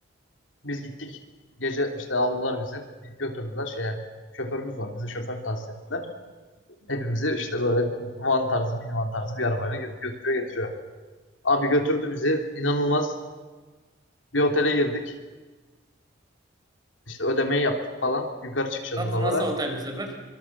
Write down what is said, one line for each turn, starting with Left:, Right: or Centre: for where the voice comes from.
Left: Biz gittik. Gece işte aldılar bizi. Götürdüler şeye. Şoförümüz var. Bize şoför tahsis ettiler. Hepimizi işte böyle van tarzı, minivan tarzı bir arabayla gö- götürüyor getiriyor. Abi götürdü bizi. İnanılmaz. Bir otele girdik. İşte ödemeyi yaptık falan. Yukarı çıkacağız
Right: Nasıl,
Left: odalara.
Right: nasıl otel bu sefer?